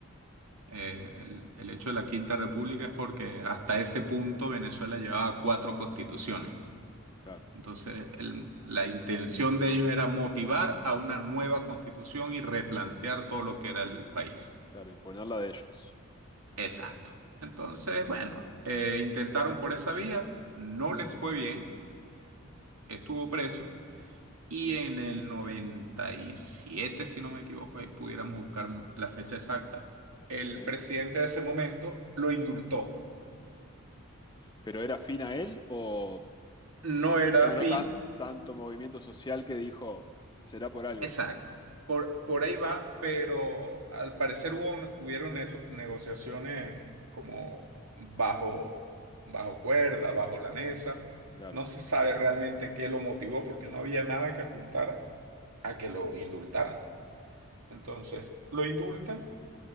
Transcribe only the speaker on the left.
claro,
claro, imponerla de ellos.
Mm.
Sí.
¿Pero era afín a él o
se
generó
tan, tanto movimiento social que dijo, será por algo?
Claro,